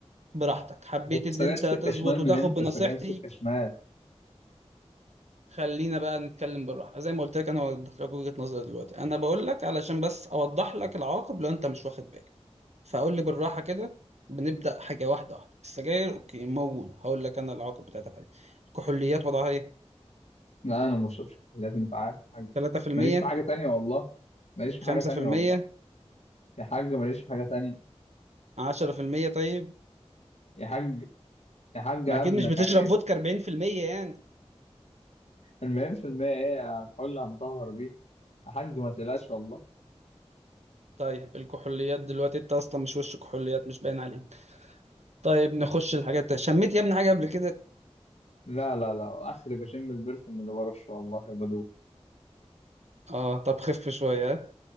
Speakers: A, on the right (about 80°); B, on the left (about 75°).
A: براحتك حبيت
B: <laughs>
A: ان
B: سجاير
A: انت
B: سكه
A: تظبط
B: شمال
A: وتاخد
B: من امتى
A: بنصيحتي
B: سجاير سكه شمال
A: خلينا بقى نتكلم بالراحه زي ما قلت لك انا وضحت لك وجهه نظري دلوقتي انا بقول لك علشان بس اوضح لك العواقب لو انت مش واخد بالك فقول لي بالراحه كده بنبدا حاجه واحده واحده السجاير اوكي موجود هقول لك انا العواقب بتاعتها فعلا الكحوليات وضعها ايه
B: لا انا ما بشربش كحوليات انت عارف حاجه
A: 3%
B: ماليش في حاجه تانية والله ماليش في
A: 5%
B: حاجه تانية والله يا حاج ماليش في حاجه تانية
A: 10% طيب
B: يا حاج يا حاج
A: ما
B: انا
A: اكيد
B: ابنك
A: مش بتشرب
B: عيب
A: فودكا 40% يعني
B: المهم في المية ايه الكحول اللي هنطهر بيه يا حاج ما تقلقش والله
A: طيب الكحوليات دلوقتي انت اصلا مش وش كحوليات مش باين عليك طيب نخش الحاجات التانية شميت يا ابني حاجه قبل كده
B: لا لا لا اخري بشم البرفيوم اللي برشه والله يا بدوخ
A: اه طب خف شويه ها؟